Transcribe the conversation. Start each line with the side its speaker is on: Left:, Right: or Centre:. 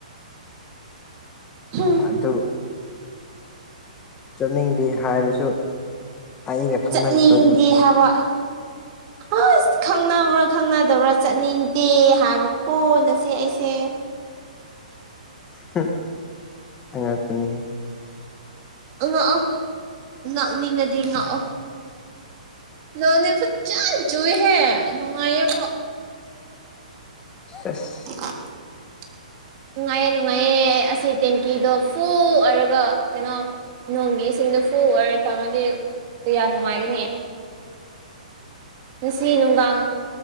Right: ꯍꯝ
Left: ꯑꯗꫭ ꯆꯠꯅꯤꯡꯗꯦ ꯍꯥꯏꯕꯁꯨ ꯑꯩꯒ ꯈꯪꯅꯗꯕꯒꯤ
Right: ꯆꯠꯅꯤꯡꯗꯤ ꯍꯥꯏꯕ ꯑꯁ ꯈꯪꯅꯕ꯭ꯔꯥ ꯈꯪꯅꯗꯕ꯭ꯔꯥ ꯆꯠꯅꯤꯡꯗꯦ ꯍꯥꯏꯕ ꯀꯣ ꯅꯆꯦ ꯑꯩꯁꯦ
Left: ꯍꯝ ꯑꯉꯛꯄ ꯅꯤꯍꯦ
Right: ꯉꯛꯑꯣ ꯉꯥꯛꯅꯤꯡꯉꯗꯤ ꯉꯥꯛꯑꯣ ꯅꯣꯅꯦ ꯐꯖꯅꯥ ꯆꯨꯌꯦꯍꯦ ꯅꯨꯡꯉꯥꯏꯌꯦꯕꯣ
Left: ꯁꯦꯁ
Right: <unintelligible> ꯅꯨꯡꯉꯥꯏꯌꯦ ꯅꯨꯡꯉꯥꯏꯌꯦ ꯑꯁꯤ ꯇꯦꯡꯀꯤꯗꯣ ꯐꯨꯜ ꯑꯣꯏꯔꯒ ꯀꯩꯅꯣ ꯅꯣꯡꯒꯤ ꯏꯁꯤꯡꯗꯣ ꯐꯨ ꯑꯣꯏꯅꯥ ꯇꯧꯔꯗꯤ ꯀꯌꯥ ꯅꯨꯡꯉꯥꯏꯒꯅꯤ ꯉꯁꯤ ꯅꯨꯡꯗꯥꯡ